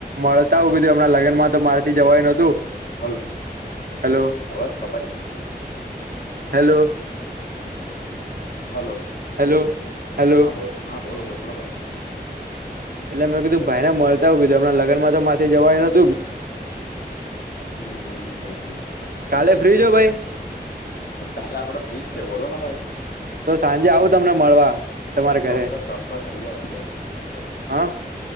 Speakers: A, on the right; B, on the left.
A: મળતા આવું કીધું એમના લગ્નમાં તો મારે થી જવાયુ નતું.
B: હલો
A: હેલો
B: અવાજ કપાય હે.
A: હેલો
B: હલો
A: હેલો હેલો
B: હા બોલો હા બોલો બોલો ભાઈ.
A: એટલે મેં કીધું ભાઈને મળતા આવુ કીધું એમના લગન માંતો મારથી જવાયુ નત
B: હમ હમ હમ હમ
A: કાલે ફ્રી છો ભાઈ
B: કાલે આપડે ફ્રીજ છે બોલો ને ભાઈ.
A: તો સાંજે આવું તમને મળવા, તમારા
B: ચોક્કસ
A: ઘરે.
B: ચોક્કસ આઈ જાઓ આઈ જાઓ.
A: હા